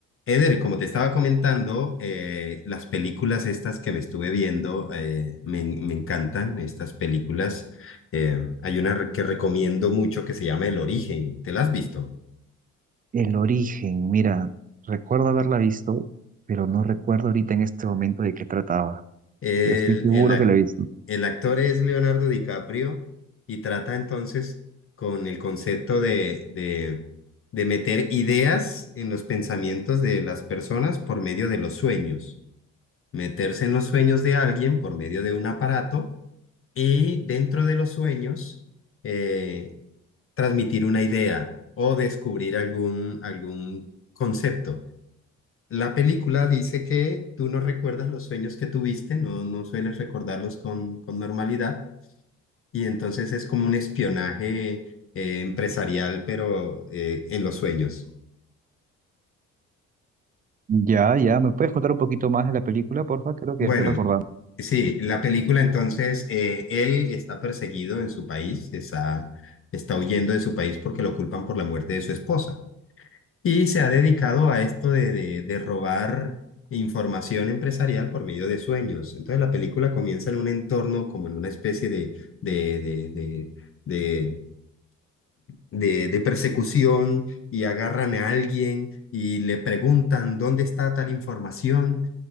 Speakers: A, on the left (about 45°); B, on the right (about 30°).
A: Eder, como te estaba comentando, eh, las películas estas que me estuve viendo eh, me, en- me encantan, estas películas. Eh, hay una re- que recomiendo mucho que se llama El Origen, ¿te la has visto?
B: El origen, mira, recuerdo haberla visto, pero no recuerdo ahorita en este momento de qué trataba,
A: El,
B: pero estoy seguro
A: el, ac-
B: que la he visto.
A: el actor es Leonardo DiCaprio y trata entonces con el concepto de, de, de meter ideas en los pensamientos de las personas por medio de los sueños, meterse en los sueños de alguien por medio de un aparato y dentro de los sueños eh, transmitir una idea o descubrir algún, algún concepto. La película dice que tú no recuerdas los sueños que tuviste, no, no sueles recordarlos con, con normalidad y entonces es como un espionaje eh, empresarial, pero eh, en los sueños.
B: Ya, ya, ¿me puedes contar un poquito más de la película, porfa? Creo
A: Bueno.
B: que ya estoy recordando.
A: Sí, la película entonces, eh, él está perseguido en su país, está, está huyendo de su país porque lo culpan por la muerte de su esposa. Y se ha dedicado a esto de, de, de robar información empresarial por medio de sueños. Entonces la película comienza en un entorno como en una especie de, de, de, de, de, de- de persecución y agarran a alguien y le preguntan dónde está tal información